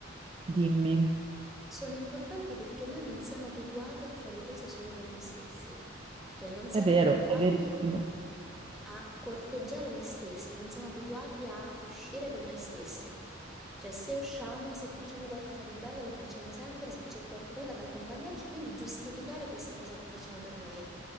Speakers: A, on the right; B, in the centre.
A: Dimmi.
B: Sono importanti perché noi non siamo abituati a fare cose solo per noi stessi, cioè non siamo
A: È vero,
B: abituati
A: è verissimo.
B: a corteggiare noi stessi, non siamo abituati a uscire con noi stessi. Cioè, se usciamo, se facciamo qualcosa di bello, lo facciamo sempre, se c'è qualcuno ad accompagnarci, quindi giustificare questa cosa che facciamo per noi.